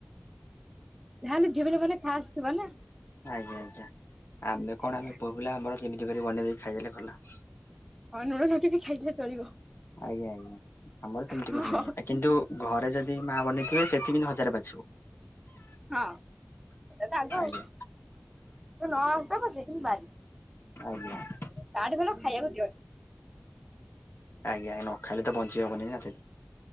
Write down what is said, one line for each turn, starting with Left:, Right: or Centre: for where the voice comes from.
Centre: ତାହେଲେ ଝିଅପିଲା ମାନେ ଖାସ୍ ଥିବ ନା।
Left: ଆଜ୍ଞା ଆଜ୍ଞା ଆମେ
Centre: ଆଜ୍ଞା।
Left: କଣ ଆମେ ପୁଅପିଲା ଆମର ଯେମିତି କରି ବନେଇଦେଲେ ଖାଇଦେଲେ ଗଲା।
Centre: ହଁ ଲୁଣ ଲଗେଇ କି ବି ଖାଇଲେ ଚଳିବ।
Left: ଆଜ୍ଞା ଆଜ୍ଞା ଆମର ସେମିତି
Centre: ହଁ
Left: କିଛି
Centre: ହଁ।
Left: ନାହିଁ କିନ୍ତୁ ଘରେ ଯଦି ମା ବନେ ସେଥିକିନ୍ତୁ ହଜାରେ ବାଛିବୁ।
Centre: ହଁ ସେଟା ରାଗ ଆଉ
Left: ଆଜ୍ଞା
Centre: ତ ନ ଆସୁଥାଉ ପଛେ କିନ୍ତୁ ବାରିବୁ।
Left: ଆଜ୍ଞା।
Centre: ତାଠୁ ଭଲ ଖାଇବାକୁ ଦିଅନି।
Left: ଆ ନ ଖାଇଲେ ତ ବଞ୍ଚି ହବନି ନା ସେଥି